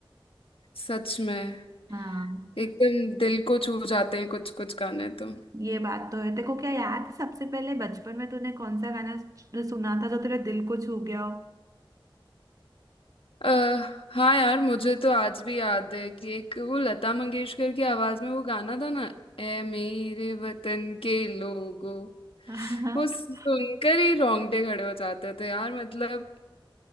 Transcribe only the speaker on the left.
सच में
एकदम दिल को छू जाते हैं कुछ कुछ गाने तो
अह हाँ यार मुझे तो आज भी याद है कि एक वो लता मंगेशकर की आवाज में वो गाना था ना ए मेरे वतन के लोगों
वो सुनकर ही रोंगटे खड़े हो जाते थे यार मतलब